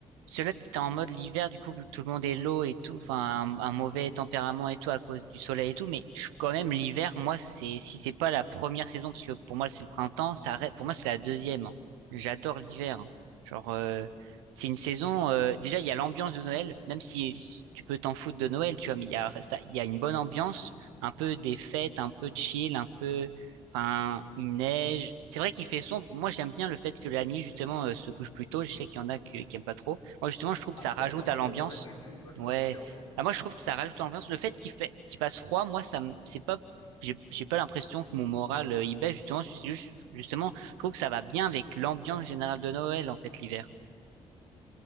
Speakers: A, on the right; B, on the left.
A: cela t'es en mode l'hiver, du coup, vu que tout le monde est low et tout, enfin, un, un mauvais tempérament et tout à cause du soleil et tout, mais je, quand même, l'hiver, moi, c'est, si c'est pas la première saison, parce que pour moi, c'est le printemps, ça, reste- pour moi, c'est la deuxième. hein. J'adore l'hiver. hein. Genre, euh, c'est une saison, euh, déjà, il y a l'ambiance de Noël, même si si tu peux t'en foutre de Noël, tu vois, mais il y a, ça, il y a une bonne ambiance, un peu des fêtes, un peu chill, un peu, Enfin, il neige. C'est vrai qu'il fait sombre. Moi, j'aime bien le fait que la nuit, justement, euh, se couche plus tôt. Je sais qu'il y en a que- qui aiment pas trop. Moi, justement, je trouve que
B: Ah,
A: ça
B: frère,
A: rajoute
B: ah, moi,
A: à l'ambiance.
B: j'aime pas du tout. Ah, c'est
A: Ouais.
B: trop chiant.
A: Ah, moi, je trouve que ça rajoute à l'ambiance. Le fait qu'il fait, qu'il passe froid, moi, ça me, c'est pas, j'ai, j'ai pas l'impression que mon moral, euh, il baisse, justement. C'est juste- justement, je trouve que ça va bien avec l'ambiance générale de Noël, en fait, l'hiver.